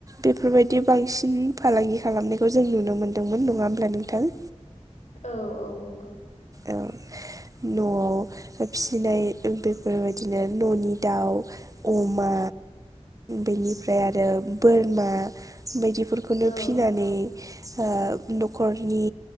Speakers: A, on the right (about 30°); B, on the left (about 85°).
A: बेफोरबायदि बांसिन फालांगि खालामनायखौ जों नुनो मोनदोंमोन नङा होमब्ला नोंथां?
B: औ औ नंगौ।
A: औ। न'आव फिसिनाय बेफोरबायदिनो न'नि दाउ अमा बेनिफ्राय आरो बोरमा बायदि फोरखौनो
B: औ
A: फिनानै ओ न'खरनि